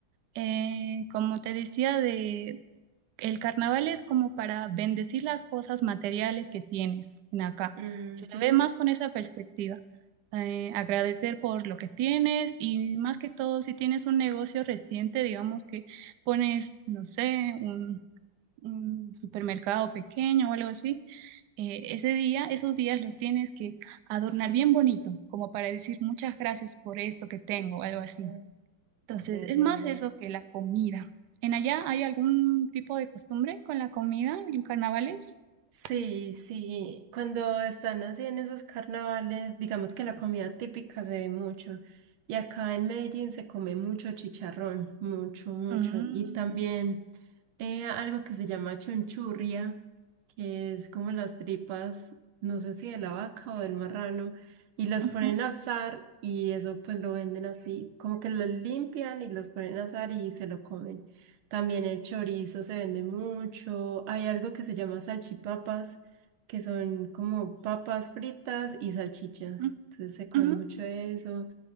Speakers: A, on the right; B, on the right.
A: eh, como te decía, de, El carnaval es como para bendecir las cosas materiales que tienes en acá.
B: Ujú.
A: Se lo ve más con esa perspectiva. Eh, agradecer por lo que tienes y más que todo, si tienes un negocio reciente, digamos que pones, no sé, un, un supermercado pequeño o algo así, eh, ese día, esos días los tienes que adornar bien bonito, como para decir muchas gracias por esto que tengo, o algo así.
B: Ah,
A: Entonces,
B: Ya,
A: es
B: ya,
A: más
B: ya.
A: eso que la comida. ¿En allá hay algún tipo de costumbre con la comida en carnavales?
B: Sí, sí, cuando están así en esos carnavales, digamos que la comida típica se ve mucho. Y acá en Medellín se come mucho chicharrón, mucho, mucho.
A: Mm,
B: Y también eh, algo que se llama chunchurria, que es como las tripas, no sé si de la vaca o del marrano, y las
A: ujú,
B: ponen a asar y eso pues lo venden así, como que los limpian y los ponen a asar y se lo comen. También el chorizo se vende mucho. Hay algo que se llama salchipapas, que son como papas fritas y salchicha.
A: ujú,
B: Entonces se come
A: ujú,
B: mucho eso.